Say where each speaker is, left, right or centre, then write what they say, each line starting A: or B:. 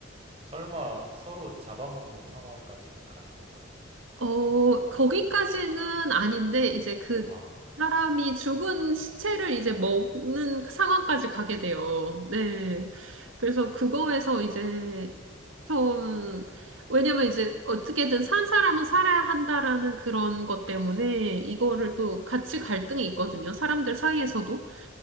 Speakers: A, on the right; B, on the right.
A: 설마 서로 잡아먹는 상황까지 가는 건가요?
B: 어, 거기까지는 아닌데 이제 그
A: 아,
B: 사람이 죽은 시체를 이제 먹는 상황까지 가게 돼요. 네. 그래서 그거에서 이제 좀 왜냐면 이제 어떻게든 산 사람은 살아야 한다라는 그런 것 때문에 이거를 또 같이 갈등이 있거든요. 사람들 사이에서도.